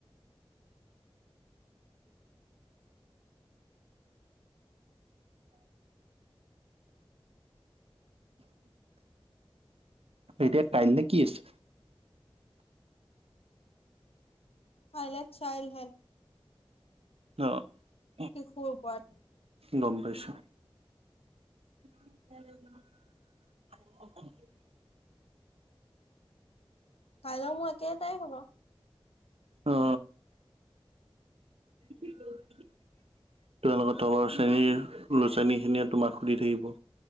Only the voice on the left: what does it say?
<inaudible>
কাইলে চাইল্ড হেল্থ
শিশুৰ ওপৰত।
কাইলৈ মোৰ একেটাই হ'ব!